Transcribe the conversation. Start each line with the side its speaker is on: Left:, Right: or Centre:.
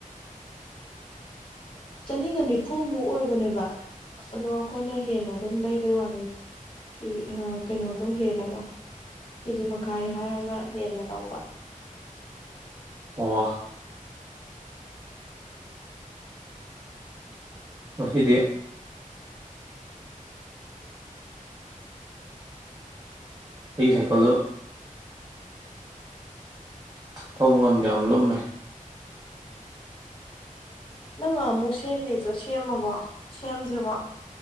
Left: ꯆꯅꯤꯒ ꯅꯤꯐꯨꯃꯨꯛ ꯑꯣꯏꯕꯅꯦꯕ ꯑꯗꯣ ꯑꯈꯣꯏꯅ ꯍꯦꯟꯅ ꯑꯗꯨꯝ ꯂꯩꯕꯩ ꯋꯥꯅꯦ ꯀꯦ ꯑꯥ ꯀꯩꯅꯣꯗꯣ ꯍꯦꯜꯂꯒ ꯀꯦꯖꯤ ꯃꯈꯥꯏ ꯍꯥꯏꯔꯒ ꯍꯦꯟꯅ ꯂꯧꯕ꯫
Right: ꯋꯥ꯫ ꯉꯁꯤꯗꯤ ꯑꯩꯒꯤ ꯁꯥꯏꯀꯜꯗꯣ ꯊꯧꯕ ꯉꯝꯗꯦ ꯌꯥꯝ ꯂꯨꯝꯃꯦ꯫
Left: ꯅꯪ ꯉꯥꯍꯟꯃꯨꯛ ꯁꯦꯝꯅꯤꯗꯣ ꯁꯦꯝꯃꯕꯣ ꯁꯦꯝꯗ꯭ꯔꯤꯕꯣ꯫